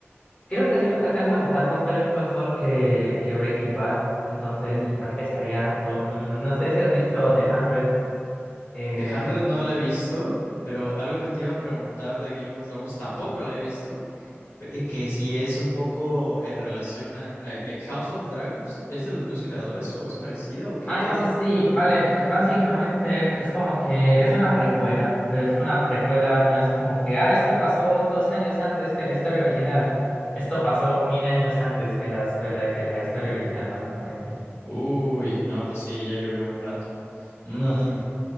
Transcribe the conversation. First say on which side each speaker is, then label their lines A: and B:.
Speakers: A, on the left; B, on the left.
A: creo que sí me alcanza a gustar más Better Call Saul que, que Breaking Bad. Entonces
B: Mm.
A: también estaría alto. Mm, No sé si has visto The 100. Eh,
B: The 100 no la he visto, pero algo que te iba a preguntar de Game of Thrones tampoco la he visto, eh, que si es un poco en relación a, a- eh, House of Dragons, ¿es de los mismos creadores o es parecida o qué,
A: Ah,
B: qué
A: no,
B: es lo
A: sí,
B: que tiene que ver?
A: vale, eh, básicamente es como que es una precuela, pero es una precuela, no es como que, ah, esto pasó dos años antes que la historia original, esto pasó mil años antes que la escuela, que la historia original, básicamente.
B: Uy, no, pues sí, ya llovió un rato. Mm,
A: No, sí, sí.